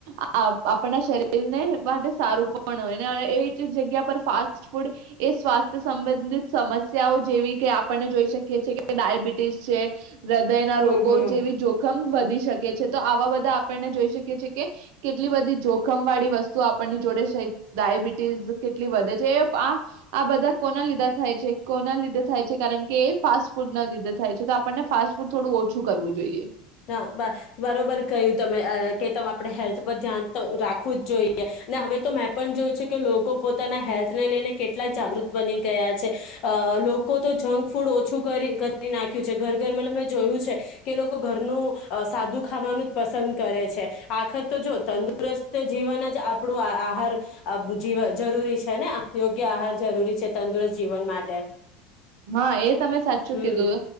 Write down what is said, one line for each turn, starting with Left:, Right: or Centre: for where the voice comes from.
Right: આ આપણા શરીર ને માટે સારું પણ હોયને એ જ જગ્યા પર ફાસ્ટ ફૂડ એ સ્વાસ્થ્ય સંબંધિત સમસ્યાઓ જેવી કે આપણને જોઈ શકીએ છીએ કે ડાયાબિટીસ છે હૃદય ના
Left: હમ
Right: રોગો
Left: હમ
Right: જેવી જોખમ વધી શક શકે છે તો આવા બધા આપણને જોઈ શકીએ છીએ કે કેટલી બધી જોખમ વાળી વસ્તુ આપણની જોડે ઈ ડાયબિટીસ કે કેટલી વધે છે એ ફ આ બધા કોના લીધા થાય છે કોના લીધે થાય છે કારણ કે એ ફાસ્ટ ફૂડ ના લીધે થાય છે તો આપણને ફાસ્ટ ફૂડ થોડું ઓછું કરવું જોઈએ.
Left: હા બ બરોબર ક્યું તમે અ કે ત આપણે હેલ્થ પર ધ્યાન તો રાખવું જ જોઈએ ને હવે તો મેં પણ જોયું છે કે લોકો પોતાના હેલ્થને લઈને કેટલા જાગૃત બની ગયા છે અ લોકો તો જંક ફૂડ ઓછું કરી-કરી નાખ્યું છે ઘર-ઘર મતલબ મેં જોયું છે કે એ લોકો ઘરનું અ સાદું ખાવાનું જ પસંદ કરે છે આખ તો જો તંદુરસ્ત જીવન જ આપણું આ આહાર બ જી જરૂરી છે ને યોગ્ય આહાર જરૂરી છે તંદુરસ્ત જીવન માટે.
Right: હા, એ તમે સાચું
Left: હમ
Right: કીધું